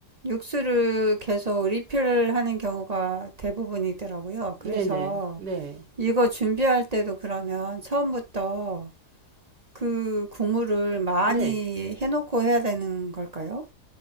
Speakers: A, on the right; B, on the right.
A: 육수를 계속 리필하는 경우가 대부분이더라고요.
B: 네네.
A: 그래서
B: 네.
A: 이거 준비할 때도 그러면 처음부터 그 국물을 많이
B: 네.
A: 해놓고 해야 되는 걸까요?